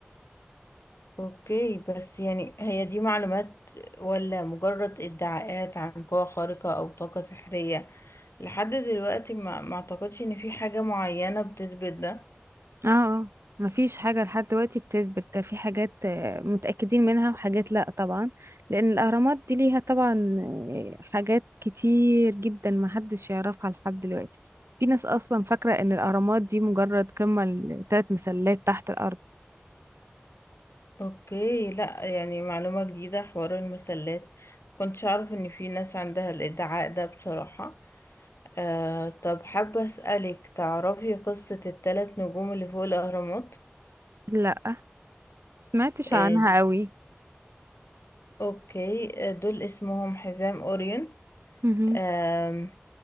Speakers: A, on the left (about 75°); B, on the right (about 70°).
A: اوكي بس يعني هي دي معلومات ولا مجرد ادعاءات عن قوة خارقة او طاقة سحرية لحد دلوقتي ما ما اعتقدش ان في حاجة معينة بتثبت ده
B: اه اه مفيش حاجة لحد دلوقتي بتثبت ده في حاجات آه، متأكدين منها وحاجات لأ طبعا لأن الأهرامات دي ليها طبعا آه، حاجات كتير جدا محدش يعرفها لحد دلوقتي في ناس أصلا فاكرة إن الأهرامات دي مجرد قمة لتلات مسلات تحت الأرض
A: اوكي لا يعني معلومة جديدة حوار المسلات كنتش اعرف ان في ناس عندها الادعاء ده بصراحة آه طب حابة اسألك تعرفي قصة الثلاث نجوم اللي فوق الاهرامات
B: لأ مسمعتش
A: آه
B: عنها قوي
A: اوكي آه، دول اسمهم حزام اوريون
B: مهم.
A: آم،